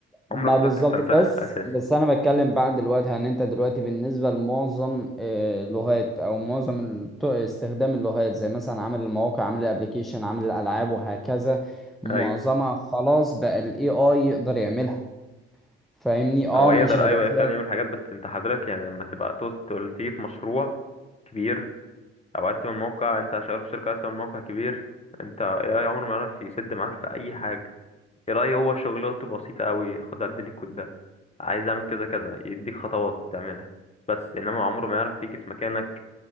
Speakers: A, in the centre; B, on the left.
A: ما
B: عمرك ما
A: بالظبط
B: تعرف تستنسخها
A: بس
B: اساسا
A: بس انا بتكلم بقى دلوقتي عن انت دلوقتي بالنسبه لمعظم آه، اللغات او معظم الط- استخدام اللغات زي مثلا عامل المواقع عامل الابليكيشن عامل الالعاب وهكذا معظمها
B: ايوه
A: خلاص بقى الاي اي يقدر يعملها فاهمني اه
B: هو يقدر
A: مش هيبقى
B: ايوه
A: فيها
B: فعلا يعمل حاجات بس انت حضرتك يعني لما تبقى توصل تيجي في مشروع كبير او عايز تعمل موقع انت شغال في شركه عايز تعمل موقع كبير انت اي اي عمره ما يعرف يسد معاك في اي حاجه اي هو شغلته بسيطه قوي خد عدل لي الكود ده عايز اعمل كذا كذا يديك خطوات تعملها بس انما عمره ما يعرف يجي في مكانك